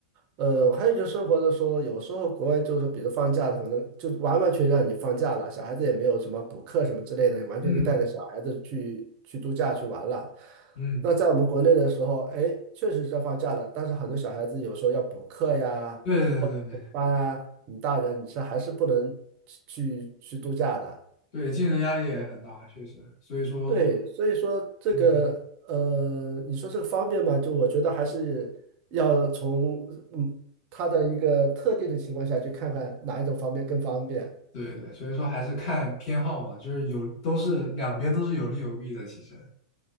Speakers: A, on the right (about 40°); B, on the left (about 45°).
A: 呃，还有就是生活的时候，有时候国外就是，比如放假了，可能就完完全让你放假了，小孩子也没有什么补课什么之类的，你完全可以带着小孩子去去度假去玩了。
B: 嗯嗯。
A: 那在我们国内的时候，哎，确实在放假了，但是很多小孩子有时候要补课呀、
B: 对对对对，
A: 班啊，你大人你是还是不能去去去度假的。
B: 对竞争压力也很大，确实。所以说，
A: 对，所以说这个呃，
B: 嗯，
A: 你说这个方便嘛，就我觉得还是要从嗯它的一个特定的情况下去看看哪一种方便更方便。
B: 对对，所以说还是看偏好嘛，就是有都是两边都是有利有弊的，其实